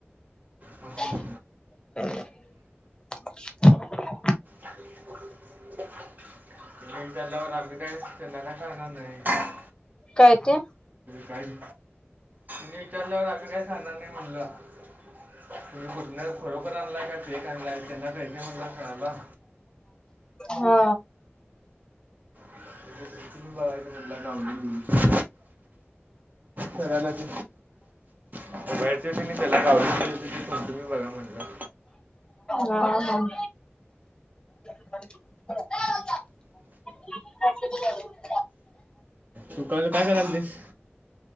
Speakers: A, on the right; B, on the left.
A: ह ह.
B: हम्.
A: आवाज येत आहे. म त्याल्यावर आम्ही काहीच के ना काय करणार नाही.
B: काय ते
A: काही विचारल्यावर आम्ही काय सांणार नाही म्हणलं. तुम्ही कुठण्या खरोखर आणलाय का फेक आणलाय त्यांना काहीत म्हणला खणाला.
B: हा.
A: ह. त ब मम यूज खरा्या काज बार त त्याला वली गेली तिथ म्ह तुम्ही बघ म्हटलं.
B: हम हम. <unintelligible> अ.
A: तू काला काय कराल तीस